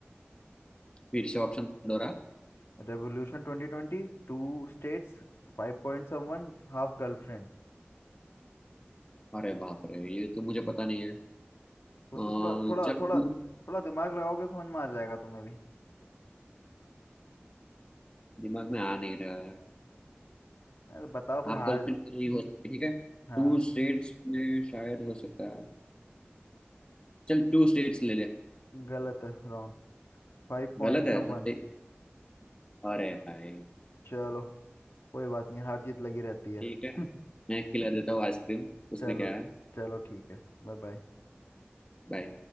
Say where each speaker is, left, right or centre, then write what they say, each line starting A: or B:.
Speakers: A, on the left; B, on the left.
A: फिर से ऑप्शन दोहरा
B: Revolution twenty twenty two states five point seven one, half girlfriend
A: अरे बाप रे ये तो मुझे पता नहीं है
B: सोचो
A: अ,
B: थोड़ा थोड़ा
A: चल
B: थोड़ा
A: तू
B: थोड़ा दिमाग लगाओगे तो समझ में आ जाएगा तुम्हें भी
A: दिमाग में आ नहीं रहा
B: अरे बताओ फिर
A: आप
B: हार
A: गर्लफ्रेंड
B: जाओ
A: तो नहीं हो सकती ठीक है
B: हाँ
A: टू स्टेट्स में शायद हो सकता है चल टू स्टेट्स ले ले
B: गलत है रॉन्ग Five point
A: गलत है
B: someone
A: तो सही अरे भाई
B: चलो कोई बात नहीं हार जीत लगी रहती है
A: ठीक है
B: <laughs>
A: मैं खिला देता हूँ आइसक्रीम उसमें
B: चलो
A: क्या है
B: चलो ठीक है बाय बाय
A: बाय